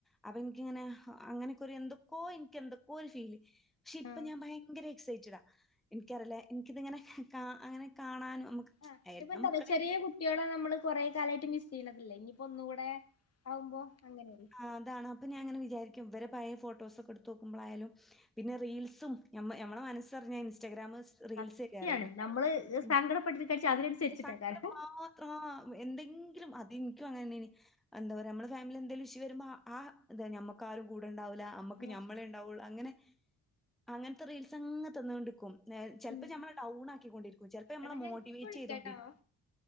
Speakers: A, in the centre; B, on the left.
A: അപ്പൊ എനിക്കിങ്ങനെ അങ്ങനെക്കറി എന്തൊക്കോ എനിക്ക് എന്തൊക്കോ ഒരു ഫീല് പക്ഷെ ഇപ്പൊ
B: ആഹ്
A: ഞാൻ ഭയങ്കര എക്സൈറ്റഡ ആ എനിക്കറിയില്ല എനിക്കിത്ങ്ങനെ കാ അങ്ങനെ കാണാനും നമുക്ക്
B: ആ്
A: എല്ലാ
B: ഇപ്പ എന്താന്നാ
A: മക്കളെ
B: ചെറിയ കുട്ടികളെ നമ്മള് കൊറ കാലായിട്ട് മിസ് ചെയ്യുന്നതില്ല ഇനി ഒന്നുകൂടെ ആവുമ്പോ അങ്ങനെരി
A: ആ അതാണ് അപ്പൾ ഞാനങ്ങനെ വിചാരിക്ക ഇവരെ പഴയ ഫോട്ടോസക്കെ എടുത്ത് നോക്ക്പോയാലും പിന്നെ റീൽസും നമ്മളടെ മനസ്സറിഞ്ഞാ ഇൻസ്റ്റാഗ്രാമ റീൽസിഡ
B: സത്യാണ്
A: പറയില്ലേ
B: നമ്മള്
A: ഉ
B: സങ്കടപ്പെട്ടിരിക്കാച്ചാ അതിനനുസരിച്ചിട്ടേക്കാരം
A: സങ്ക ആ എന്തെങ്കിലും അ എനിക്കും അങ്ങനെെ എന്താ പറയാ നമ്മുടെ ഫാമിലി എന്തേലും ഇഷ്യു വരുമ്പോ ആ്ത നമ്മുക്കാരും കൂടെ ഉണ്ടാവില്ല നമ്മുക്ക്
B: ആഹ്
A: ഞമ്മളെ ഉണ്ടാവുള്ളു അങ്ങനെ അങ്ങനത്തെ റീൽസ് അങ്ങെ തന്നൊണ്ട്ക്കും
B: ആഹ്
A: ചെലപ്പോ മ്മള് ഡൗൺ ആക്കിക്കൊണ്ടിരിക്കും ചിലപ്പോ നമ്മൾ
B: എടാ
A: മോട്ടിവേറ്റ്
B: ഞാനിപ്പ വിളിക്കാട്ടോ
A: ചെയ്തൊണ്ടിരിക്കും